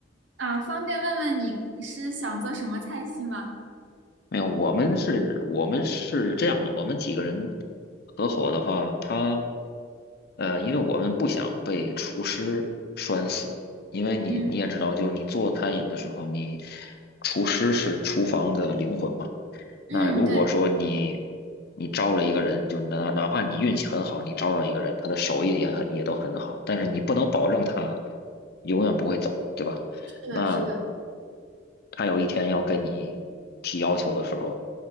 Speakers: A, on the right; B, on the left.
A: 啊，方便问问你是想做什么菜系吗？
B: 没有，我们是，我们是这样的，我们几个人合伙的话，他，呃，因为我们不想被厨师拴死，因为你你也知道，
A: 嗯
B: 就是你做餐饮的时候，你厨师是厨房的灵魂嘛。
A: 嗯，
B: 那如果说你
A: 对，
B: 你招了一个人，就哪哪怕你运气很好，你招到一个人，他的手艺也很也都很好，但是你不能保证他永远不会走，对吧？
A: 是的，
B: 那
A: 是的。
B: 他有一天要跟你提要求的时候，